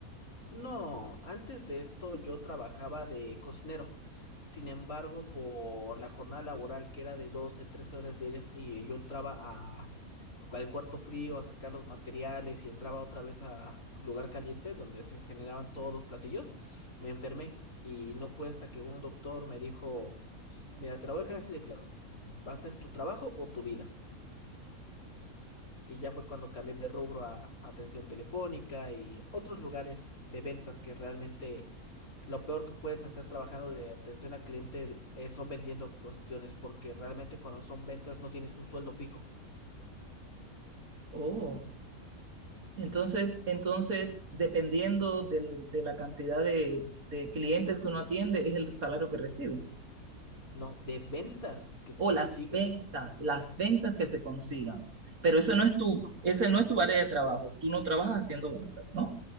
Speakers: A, on the left; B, on the right.
A: No, antes de esto yo trabajaba de cocinero. Sin embargo, por la jornada laboral que era de 12, 13 horas diarias y yo entraba a, al cuarto frío a sacar los materiales y entraba otra vez a lugar caliente donde se generaban todos los platillos, me enfermé y no fue hasta que un doctor me dijo, mira, te lo voy a dejar así de claro, va a ser tu trabajo o tu vida. Y ya fue cuando cambié de rubro a atención telefónica y otros lugares de ventas que realmente lo peor que puedes hacer trabajando de atención al cliente eh, son vendiendo cuestiones, porque realmente cuando son ventas no tienes un sueldo fijo,
B: Oh, entonces, entonces dependiendo del- de la cantidad de, de clientes que uno atiende, es el salario que recibe.
A: no, de ventas que
B: O
A: consigas.
B: las ventas, las ventas que se consigan. Pero eso no es tu, ese no es tu área de trabajo. Tú no trabajas haciendo ventas, ¿no?